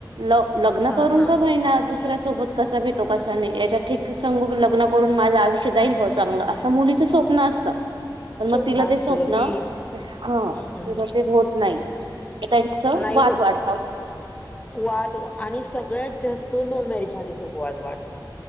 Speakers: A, on the right; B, on the left.
A: ल लग्न
B: हा
A: करून
B: हा
A: कां होईना दुस ऱ्या सोबत कसा भेटो कसा नाह याचा ठेकस संग बी लग्न करून माझं आयुष्य जाईल बुआ चांगल असं मुलीचं स्वप्न असत. पण
B: स्वप्न
A: मग तिला
B: असत
A: ते स्वप्न
B: की
A: हा तिला
B: हम् हम्
A: ते होत नाही. त्यांचं
B: नाही
A: वाद
B: होत.
A: वाढतात
B: वाद आणि सगळ्यात जास्त लव्ह मॅरेजमध्ये खूप वाद वाढतात.